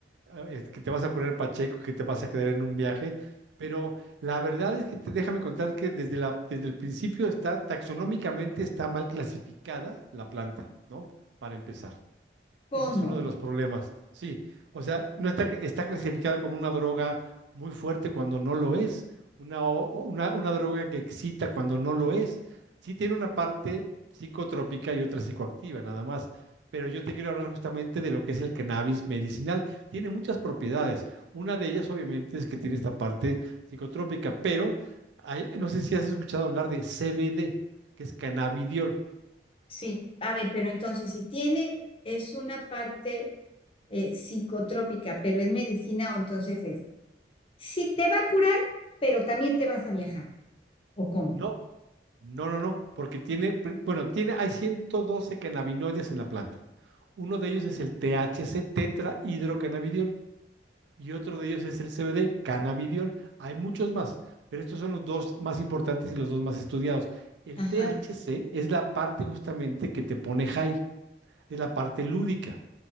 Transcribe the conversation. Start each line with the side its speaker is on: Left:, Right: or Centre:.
Right: a- que te vas a poner pacheco, que te vas a quedar en un viaje, pero la verdad es que te, déjame contar que desde la, desde el principio está, taxonómicamente está mal clasificada la planta, ¿no? Para empezar.
Left: ¿Cómo?
Right: Ese es uno de los problemas, sí. O sea, no está, está clasificada como una droga muy fuerte cuando no lo es, una, o- o una, una droga que excita cuando no lo es. Sí tiene una parte psicotrópica y otra psicoactiva, nada más. Pero yo te quiero hablar justamente de lo que es el cannabis medicinal. Tiene muchas propiedades. Una de ellas, obviamente, es que tiene esta parte psicotrópica, pero hay- no sé si has escuchado hablar de CBD, que es cannabidiol.
Left: Sí, a ver, pero entonces, si tiene, es una parte. eh, psicotrópica, pero es medicina o entonces es, sí, te va a curar, pero también te vas a viajar, ¿o cómo?
Right: No, no, no, no, porque tiene, pri- bueno, tiene, hay 112 cannabinoides en la planta. Uno de ellos es el THC, tetrahidrocannabidiol, y otro de ellos es el CBD, cannabidiol. Hay muchos más, pero estos son los dos más importantes y los dos más estudiados. El
Left: Ajá,
Right: THC es la parte justamente que te pone high, es la parte lúdica